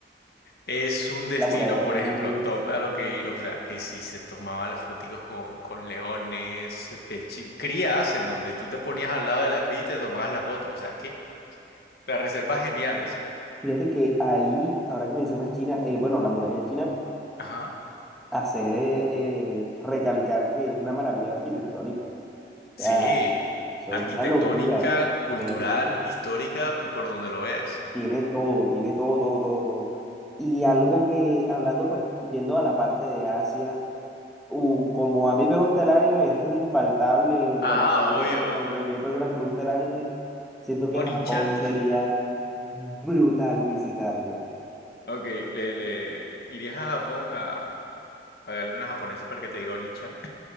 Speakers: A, on the left; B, in the centre.
A: Es un destino,
B: La muralla
A: por
B: china
A: ejemplo, top
B: es...
A: a lo que ir, o sea, que si se tomaban las foticos con, con leones, pechi- crías, en donde tú te ponías al lado de la cría y te tomabas la foto, o sea, que las reservas geniales.
B: Fíjate que ahí, ahora que mencionas China, eh, bueno, la muralla china,
A: Ajá.
B: hacer eh, eh, recalcar que es una maravilla arquitectónica. O
A: Sí,
B: sea, eso
A: arquitectónica,
B: es una locura
A: cultural,
B: verlo.
A: histórica y por donde lo veas.
B: Tiene todo, tiene todo, todo, todo, todo. Y algo que, hablando pues, yendo a la parte de Asia, u- como a mí me gusta el anime, esto es infaltable en
A: Ah,
B: cualquier,
A: obvio.
B: a cualquier persona que le guste el anime, siento que
A: Onichan.
B: Japón sería brutal visitarlo.
A: Ok, le, le irías a Japón a pagarle a una japonesa para que te diga Onichan.